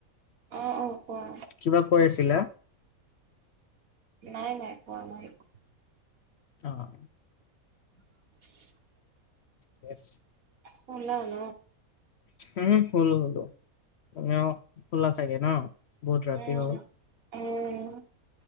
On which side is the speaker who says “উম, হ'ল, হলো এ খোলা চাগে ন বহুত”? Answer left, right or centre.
Left